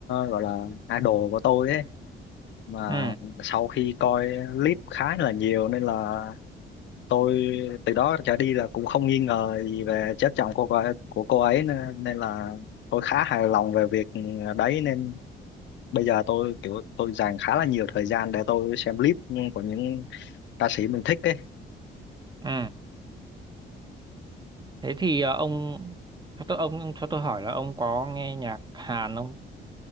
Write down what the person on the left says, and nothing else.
gọi là idol của tôi ấy mà
sau khi coi clip khá là nhiều nên là tôi từ đó trở đi là cũng không nghi ngờ gì về chất giọng của cô ấy, của cô ấy nữa. nên là tôi khá hài lòng về việc đấy nên bây giờ tôi kiểu tôi dành khá là nhiều thời gian để tôi xem clip của những ca sĩ mình thích ấy